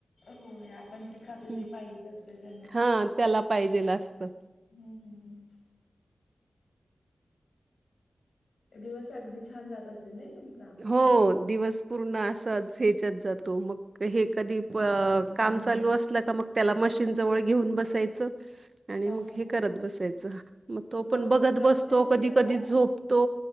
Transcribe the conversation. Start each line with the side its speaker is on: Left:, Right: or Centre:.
Left: होय आपण जे खातो
Right: हं.
Left: ती पाहिजेच असते त्यांना.
Right: हां त्याला पाहिजेला असतं.
Left: हम् हम् हम. दिवस अगदी छान जात असेल ना तुमचा
Right: हो,
Left: आवाजानी.
Right: दिवस पूर्ण असाच ह्याच्यात जातो मग. हे कधी काम चालू असलं का मग त्याला मशीन जवळ घेऊन बसायचं. आणि
Left: हां,
Right: मग
Left: हां,
Right: हे
Left: हां.
Right: करत बसायचं, मग तो
Left: ब्लाऊज
Right: पण बघत
Left: ब्लाऊज
Right: बसतो
Left: तेन शिवताय
Right: कधी कधी
Left: काय?
Right: झोपतो